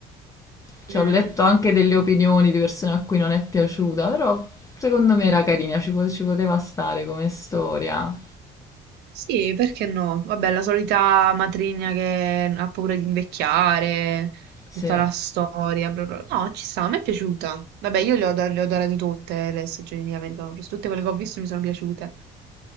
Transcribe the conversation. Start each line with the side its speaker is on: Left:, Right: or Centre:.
Left: Cioè,
Right: Mh.
Left: ho letto anche delle opinioni di persone a cui non è piaciuta, però secondo me era carina, ci, po- ci poteva stare come storia.
Right: Sì, perché no? Vabbè, la solita matrigna che ha paura di invecchiare,
Left: Sì.
Right: tutta la storia, bla bla. No, ci sta, a me è piaciuta. Vabbè, io le ho, da- le ho adorate tutte le stagioni di American Horror, Story, tutte quelle che ho visto mi sono piaciute.